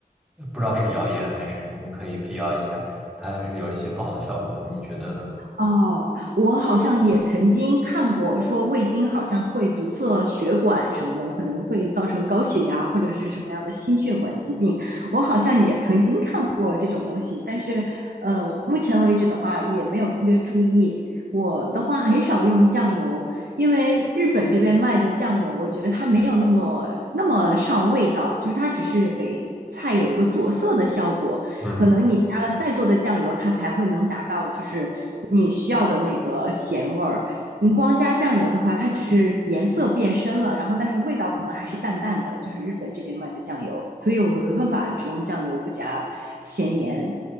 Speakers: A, in the centre; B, on the right.
A: 呃，不知道是谣言还是你可以辟谣一下，它是有一些不好的效果，你觉得呢？
B: 哦，我好像也曾经看过，说味精好像会堵塞血管什么的，可能会造成高血压或者是什么样的心血管疾病。我好像也曾经看过这种东西，但是呃，目前为止的话也没有特别注意。我的话很少用酱油，因为日本这边卖的酱油，我觉得它没有那么那么上味道，就是它只是给菜有一个着色的效果。
A: 嗯。
B: 可能你加了再多的酱油，它才会能达到就是你需要的那个咸味儿。你光加酱油的话，它只是颜色变深了，然后但是味道可能还是淡淡的，就是日本这边卖的酱油，所以我们没办法只用酱油不加咸盐。